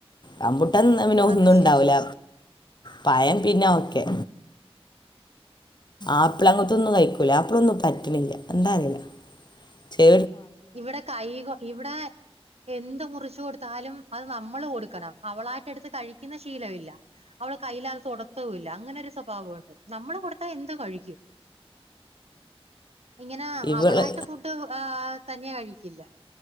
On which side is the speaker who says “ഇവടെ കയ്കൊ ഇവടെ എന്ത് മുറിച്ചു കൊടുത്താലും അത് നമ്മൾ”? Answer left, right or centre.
Right